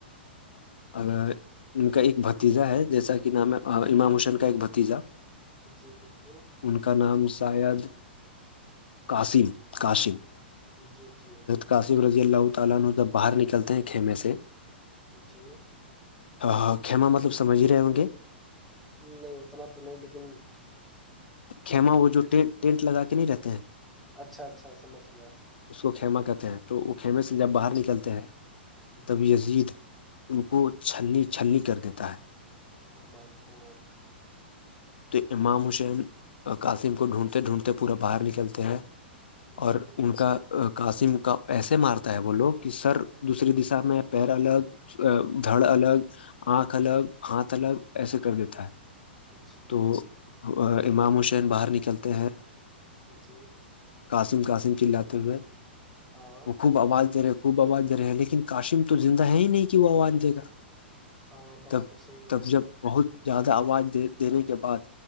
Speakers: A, on the left (about 60°); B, in the centre.
A: اگر ان کا ایک بت بتیجا ہے جیسا کہ نام ہے امام حسین کا ایک بھتیجا
B: جی بالکل
A: ان کا نام شاید قاسم قسم
B: جی جی
A: کاسک رضی اللہ تعالینہ جب باہر نکلتے ہیں خیمے سے
B: جی
A: ہاں ہاں خیما مطلب سمجھ ہی رہے ہوں گے
B: نہیں اتنا تو نہیں لیکن
A: کما وہ جو ٹینٹ لگا کے نہیں رہتے ہیں
B: اچھا اچھا سمجھ گیا
A: اس کو کھیما کہتے ہیں تو وہ خھیمے
B: جی
A: سے جب
B: بالکل
A: باہر نکلتے ہیں تب
B: جی
A: یزید ان کو چھلنی چھلنی کر دیتا ہے
B: وہ مائکٹو
A: تو امام حسین قاسم کو ڈھونڈتے ڈھونڈتے پورا باہر نکلتے ہیں
B: جی
A: اور ان کا قاسم کا ایسے مارتا ہے وہ لوگ کہ سر دوسری دشا میں پیر الگ دھڑ الگ آنکھ الگ ہاتھ الگ ایسے کر دیتا ہے
B: اچھی
A: تو امام حسین باہر نکلتے ہیں
B: جی
A: قاسم قاسم چلاتے ہوئے
B: ہاں
A: وہ خوب آواز تیرے خوب آواز دے رہے ہیں لیکن کاشی میں تو زندہ ہے ہی نہیں کہ وہ آواز دے گا
B: ہاں بات
A: تب
B: تو صحیح
A: تب جب بہت زیادہ آواز دینے کے بعد